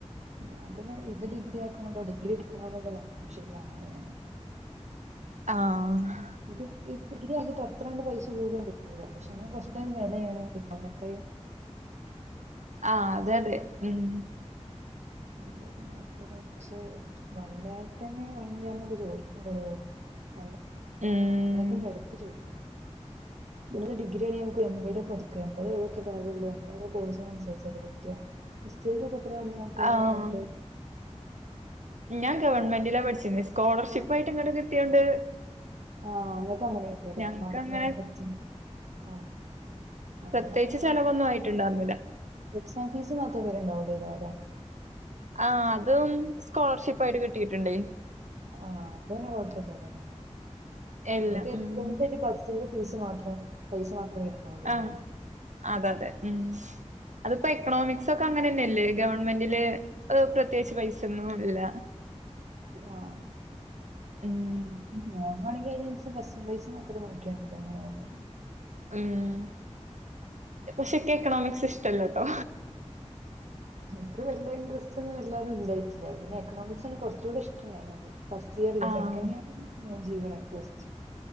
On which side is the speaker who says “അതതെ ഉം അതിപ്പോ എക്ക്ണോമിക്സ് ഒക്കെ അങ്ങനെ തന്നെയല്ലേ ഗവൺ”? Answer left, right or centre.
Right